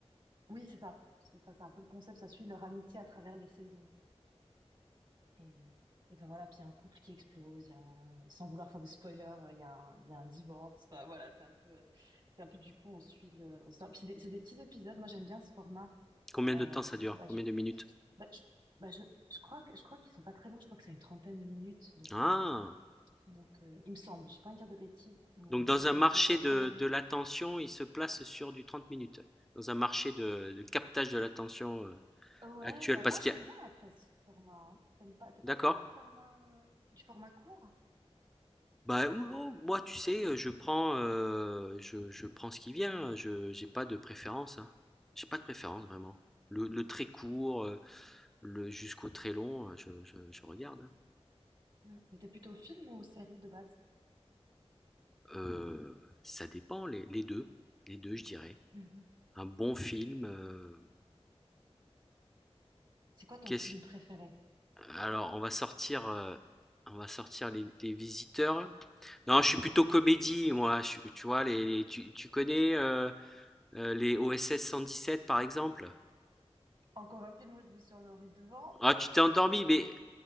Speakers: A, on the right; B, in the centre.
A: oui, c'est ça, c'est ça, c'est un peu le concept, ça suit leur amitié à travers les saisons. Et, euh, et enfin voilà, puis il y a un couple qui explose, il y a un- sans vouloir faire de spoiler, euh, il y a un, il y a un divorce, enfin voilà, c'est un peu, c'est un peu du coup, on suit le, leur histoire. Puis c'est des, c'est des petits épisodes, moi j'aime bien ce format.
B: Combien
A: Euh,
B: de temps ça dure?
A: bah,
B: Combien de minutes?
A: Bah, je, bah, je, je crois que, je crois qu'ils sont pas très longs, je crois que c'est une trentaine de minutes, donc,
B: Ah.
A: euh, donc euh, il me semble, je sais pas envie de dire de bêtises, mais il
B: Donc dans
A: me semble
B: un
A: que c'est
B: marché
A: des épisodes pas
B: de,
A: très longs.
B: de l'attention, il se place sur du 30 minutes. Dans un marché de, de captage de l'attention euh,
A: Ouais,
B: actuel.
A: mais
B: Parce
A: moi
B: qu'il
A: j'aime
B: y a-
A: bien après ce format. hein. T'aimes pas, t'es
B: D'accord.
A: pas fan du format, euh, du format court?
B: Bah, m oh, moi, tu sais, heu, je prends, heu, je je prends ce qui vient, hein, je j'ai pas de préférence, hein. J'ai pas de préférence vraiment. Le
A: Mhm.
B: le très court, heu, le jusqu'au très long, heu, je je je regarde, hein.
A: Ouais. Mais t'es plutôt film ou série de base?
B: Heu, ça dépend les les 2, les 2, je dirais.
A: Mhm.
B: Un bon film, heu,
A: C'est quoi ton
B: qu'est-ce
A: film préféré?
B: alors on va sortir, heu, on va sortir Les Les Visiteurs. Non, je suis plutôt comédie moi, je suis tu vois les les tu tu connais, heu heu, les dix sept par exemple?
A: Encore un film où je me suis endormie devant.
B: Ah,
A: <laughs>
B: tu t'es endormi, mais